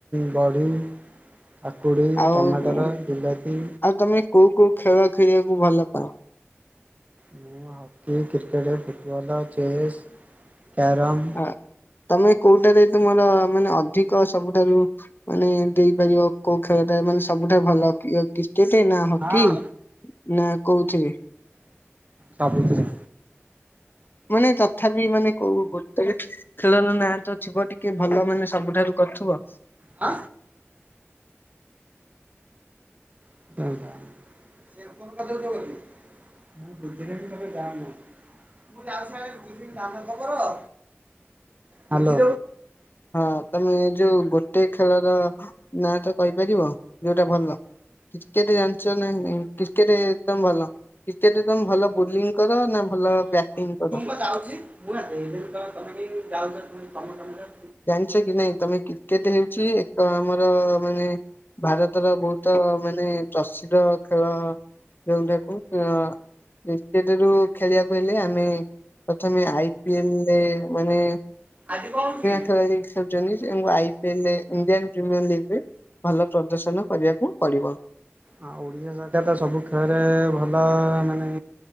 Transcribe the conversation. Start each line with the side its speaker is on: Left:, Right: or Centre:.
Right: ବଢି କାକୁଡ଼ି
Left: ଆଉ
Right: ଟମାଟର ବିଲାତି
Left: ଆଉ ତମେ କୋଉ କୋଉ ଖେଳ ଖେଳିବାକୁ ଭଲ ପାଉ
Right: ମୁଁ hockey cricket football chess carrom
Left: ହ ତମେ କୋଉଟାରେ ତୁମର ମାନେ ଅଧିକ ସବୁଠାରୁ ମାନେ ଦେଇପାରିବ କୋଉ ଖେଳଟା ମାନେ ସବୁଠାରୁ ଭଲ କି କ୍ରିକେଟ ନା ହକି
Right: ହଁ
Left: ନା କୋଉଥିରେ
Right: ସବୁଥିରେ
Left: ମାନେ ତଥାପି ମାନେ କୋଉ ଗୋ ଖେଳର ନାଁ ତ ଥିବ ଟିକେ ଭଲ ମାନେ ସବୁଠାରୁ କରୁଥିବ
Right: ଆ ଛା ସେ କଣ କଦରେ ତ କରିବି <unintelligible> ମୁଁ ବୁଧିନ ବି ତେ ଯାନ ମୁଁ ଯଙ୍ଗ ବୁିନ ଯାଥବର <unintelligible> ହା ଲୋ
Left: ହଁ ତମେ ଏ ଯୋଉ ଗୋଟେ ଖେଳର ନା ତ କହିପାରିବ ଯୋଉଟା ଭଲ କ୍ରିକେଟ ଜାଣିଛ ନା କ୍ରିକେଟ ମ ଭଲ କ୍ରିକେଟ ତମେ ଭଲ ବୋଲିଂ କର ନା ଭଲ ବ୍ୟାଟିଂ କର
Right: ଯାଉଛି ମୁଁ ଆ ଏଇି ତେ ତମେ କେହି ଯାଉଛ ତମେ ତମ କାମରେ
Left: ଜାଣିଛ କି ନାଇଁ ତମେ କ୍ରିକେଟ ହେଉଛି ଏକ ଆମର ମାନେ ଭାରତର ବହୁତ ତ ମାନେ ପ୍ରସିଦ୍ଧ ଖେଳ ଯୋଉଟାକୁ କ୍ରିକେଟ ରୁ ଖେଳିବାକୁ ହେଲେ ଆମେ ପ୍ରଥମେ ଆଇ ପିଏଲରେ ମାନେ
Right: ଆଜି କଣ କି
Left: ଖେଳ ଖେଳୁଛନ୍ତି ଏବଂ I PIL Indian premier league ଉ ଭଲ ପ୍ରଦର୍ଶନ କରିବାକୁ ପଡିବ
Right: ହଁ ଓଡ଼ିଶା ସରକାର ତ ସବୁ ଖେଳରେ ଭଲ ମାନେ